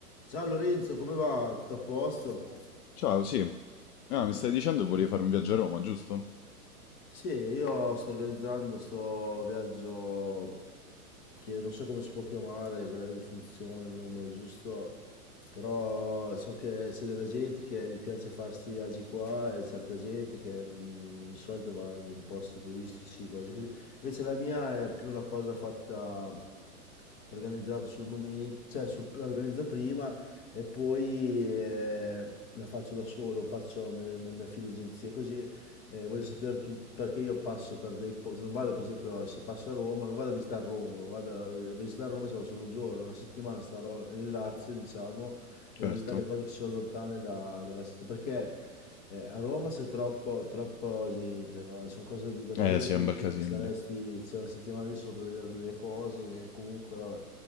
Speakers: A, on the left (about 40°); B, on the left (about 75°).
A: Ciao Lorenzo, come va? Tutto a posto?
B: Ciao, sì. Ah, mi stai dicendo che volevi fare un viaggio a Roma, giusto?
A: Sì, io sto organizzando sto viaggio che non so come si può chiamare, qual è la definizione, il nome giusto, però so che c'è della gente che gli piace fare questi viaggi qua e certa gente che non- di solito va in posti turistici, cose così. Invece la mia è più una cosa fatta organizzato sul momento, cioè sul- la organizzo prima e poi eh, la faccio da solo, non faccio, me- non mi affido a agenzie così. eh, voglio sapere tu- perché io passo per dei posti, non vado per esempio se passo a Roma, non vado a visitare Roma, non vado a a visitare Roma, ci vado solo un giorno, una settimana starò nel Lazio, diciamo, voglio
B: Certo.
A: visitare le cose che sono lontane da- dalla città, perché eh, a Roma c'è troppo, troppo gente, no? Sono cose da vedere
B: Eh sì,
A: che
B: è un bel
A: ti
B: casino
A: staresti,
B: lì.
A: c'è una settimana lì solo per vedere delle cose che comunque, vabbè.